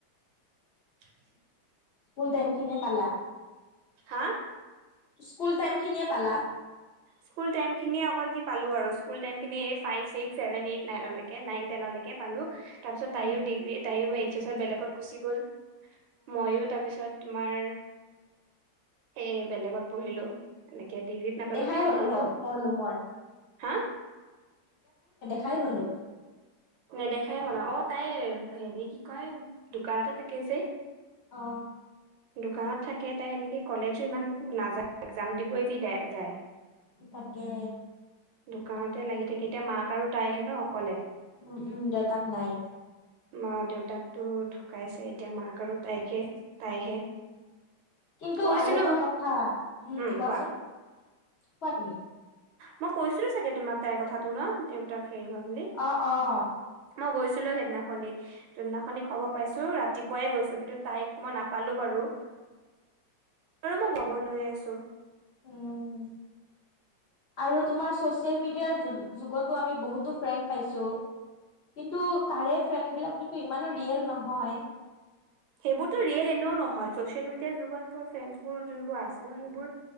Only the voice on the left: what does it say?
কূলটাইমখিনিয়ে পালা।
স্কুল টাইমখিনিয়ে পালা?
অ
সেই
হ'লো
হম মইলো মই।
খাই হলো
অ।
তাকে
উম, উম। দেউতাক নাই
কিন্তু
আৰু এটা কথা, হম
কোৱাচোন
কোৱা তুমি
অ', অ'।
উম, আৰু তোমাৰ চচিয়েল মিডিয়াৰ যুগ-যুগটো আমি বহুতো ফ্ৰেণ্ড পাইছোঁ কিন্তু তাৰে ফ্ৰেণ্ডবিলাক কিন্তু ইমানো ৰিয়েল ন হয়।